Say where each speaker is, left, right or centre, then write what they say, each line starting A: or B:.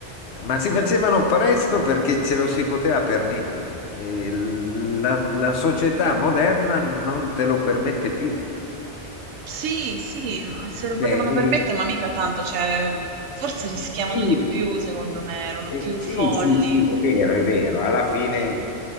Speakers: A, on the left (about 75°); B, on the right (about 85°).
A: Ma si facevano presto perché ce lo si poteva permettere. E la, la società moderna non te lo permette più.
B: Sì, sì, mhmm, se lo potevano
A: Cioè, eh,
B: permettere, ma mica tanto, cioè, mhmm, forse rischiavano
A: sì,
B: di più secondo me, erano più
A: Eh,
B: folli.
A: sì, sì, sì, è vero, è vero. Alla fine